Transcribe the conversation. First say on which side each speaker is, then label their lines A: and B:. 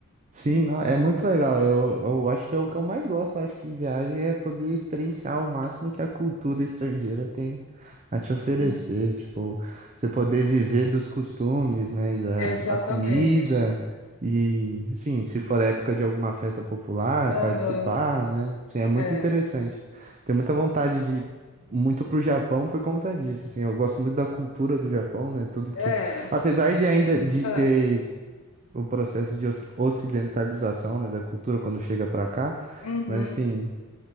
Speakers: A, on the right (about 30°); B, on the left (about 75°).
A: Sim,
B: Hum,
A: não, é muito legal. Eu, eu acho que é o que eu mais gosto. Eu acho que em viagem é poder experienciar o máximo que a cultura estrangeira tem a te oferecer.
B: Sim,
A: Tipo, você poder viver dos costumes, né? da-
B: exatamente.
A: A, comida. E, assim, se for época de alguma festa popular,
B: Aham,
A: participar, né? Assim, é muito
B: é,
A: interessante. Tenho muita vontade de ir muito pro Japão por conta disso. Assim, eu gosto muito da cultura do Japão, né? Tudo que.
B: é,
A: Apesar de ainda de
B: é,
A: ter o processo de oci- ocidentalização, né, da cultura quando chega pra cá,
B: uhum,
A: mas assim,